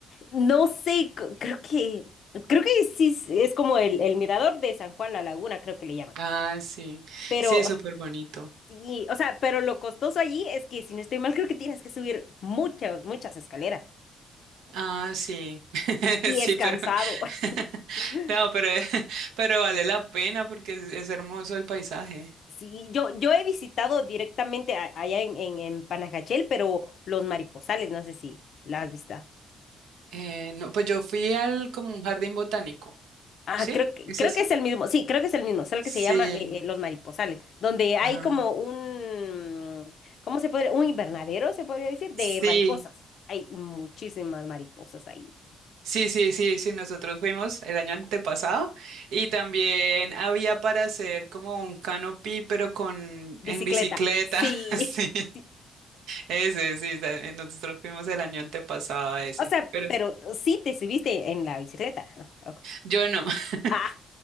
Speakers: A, on the left (about 60°); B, on the right (about 85°).
A: No sé, c- creo que, creo que sí es es como el, el mirador de San Juan La Laguna, creo que le llaman.
B: Ah, sí.
A: Pero,
B: Sí, es
A: o
B: súper
A: sea,
B: bonito.
A: sí, o sea, pero lo costoso allí es que, si no estoy mal, creo que tienes que subir muchas, muchas escaleras.
B: Ah, sí. <laughs>
A: Y
B: Sí,
A: es cansado.
B: pero <laughs>
A: <laughs>
B: no, pero, <laughs> pero vale la pena porque es, es hermoso el paisaje.
A: Sí, yo, yo he visitado directamente a- allá en, en, en Panajachel, pero los mariposales, no sé si la has visto.
B: Eh, no, pues yo fui al como un jardín botánico.
A: Ah,
B: ¿Sí?
A: creo que,
B: ¿Es
A: creo
B: ese?
A: que es el mismo, sí, creo que es el mismo, solo
B: Sí.
A: que se llama eh, eh, Los Mariposales, donde hay
B: Ajá.
A: como un, ¿cómo se podría? Un invernadero, se podría decir, de
B: Sí.
A: mariposas. Hay muchísimas mariposas ahí.
B: Sí, sí, sí, sí, nosotros fuimos el año antepasado y también había para hacer como un canopy, pero con
A: Bicicleta,
B: en bicicleta.
A: sí.
B: <laughs> Sí,
A: <laughs>
B: ese, ese, sí, ta- nosotros fuimos el año antepasado a ese.
A: O sea,
B: Pero
A: pero sí te subiste en la bicicleta. Ah, ok.
B: yo no, <laughs>
A: Ah,